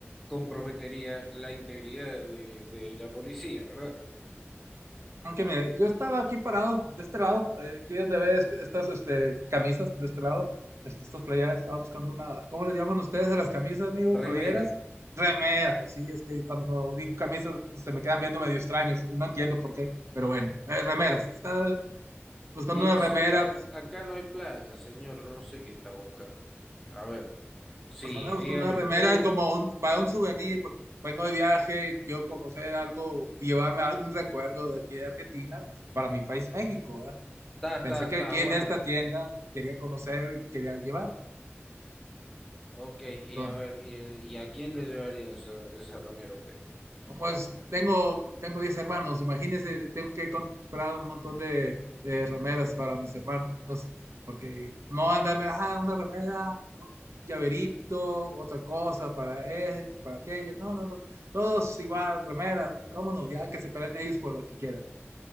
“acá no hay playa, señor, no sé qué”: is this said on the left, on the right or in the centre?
Centre